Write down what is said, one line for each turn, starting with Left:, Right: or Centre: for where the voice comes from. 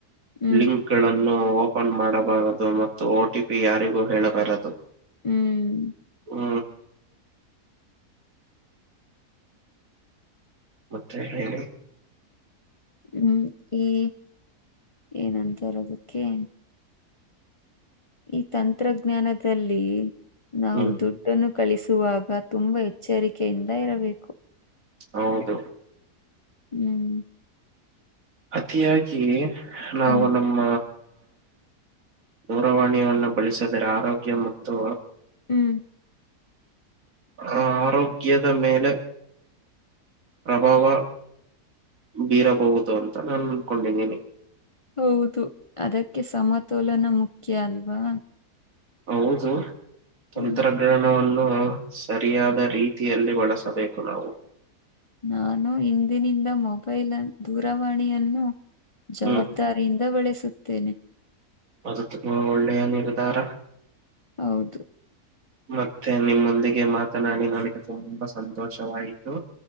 Left: ಹ್ಮ್
Right: ಲಿಂಕ್ ಗಳನ್ನು ಓಪನ್ ಮಾಡಬಾರದು ಮತ್ತು ಒ ಟಿ ಪಿ ಯಾರಿಗೂ ಹೇಳಬಾರದು
Left: ಹ್ಮ್
Right: ಹ್ಮ ಮತ್ತೆ ಹೇಳಿ
Left: ಹ್ಮ್ ಈ ಏನಂತರೋದಕ್ಕೆ ಈ ತಂತ್ರಜ್ಞಾನದಲ್ಲಿ ನಾವು
Right: ಹ್ಮ್
Left: ದುಡ್ಡನ್ನು ಕಳಿಸುವಾಗ ತುಂಬಾ ಎಚ್ಚರಿಕೆಯಿಂದ ಇರಬೇಕು
Right: ಹೌದು
Left: ಹ್ಮ್
Right: ಅತಿಯಾಗಿ ನಾವು
Left: ಹ್ಮ್
Right: ನಮ್ಮ ದೂರವಾಣಿಯನ್ನು ಬಳಸಿದರೆ ಆರೋಗ್ಯ ಮತ್ತು
Left: ಹ್ಮ್
Right: ಅ ಆರೋಗ್ಯದ ಮೇಲೆ ಪ್ರಭಾವ ಬೀರಬಹುದು ಅಂತ ನಾನು ಅನ್ಕೊಂಡಿದ್ದೀನಿ
Left: ಹೌದು ಅದಕ್ಕೆ ಸಮತೋಲನ ಮುಖ್ಯ ಅಲ್ವಾ.
Right: ಹೌದು ತಂತ್ರದ
Left: ಹ್ಮ್
Right: ಕಿರಣವನ್ನು ಸರಿಯಾದ ರೀತಿಯಲ್ಲಿ ಬಳಸಬೇಕು ನಾವು
Left: ನಾನು ಇಂದಿನಿಂದ ಮೊಬೈಲ್ ದೂರವಾಣಿಯನ್ನು ಜವಾಬ್ದ
Right: ಹ್ಮ್
Left: ದಾರಿಇಂದ ಬಳೆಸುತ್ತೇನೆ
Right: ಅದು ತುಂಬಾ ಒಳ್ಳೆಯ ನಿರ್ಧಾರ.
Left: ಹೌದು
Right: ಮತ್ತೆ ನಿಮ್ಮೊಂದಿಗೆ ಮಾತನಾಡಿ ನನಗೆ ತುಂಬಾ ಸಂತೋಷವಾಯಿತು